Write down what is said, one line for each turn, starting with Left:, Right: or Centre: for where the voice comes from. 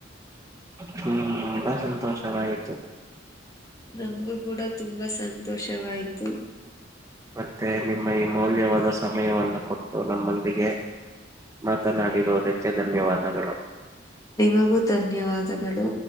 Right: ತುಂಬಾ ಸಂತೋಷವಾಯ್ತು.
Left: ನಮಗೂ ಕೂಡ ತುಂಬಾ ಸಂತೋಷವಾಯ್ತು.
Right: ಮತ್ತೆ ನಿಮ್ಮ ಈ ಮೌಲ್ಯವಾದ ಸಮಯವನ್ನು ಕೊಟ್ಟು ನಮ್ಮೊಂದಿಗೆ ಮಾತನಾಡಿರುವುದಕ್ಕೆ ಧನ್ಯವಾದಗಳು.
Left: ನಿಮಗೂ ಧನ್ಯವಾದಗಳು.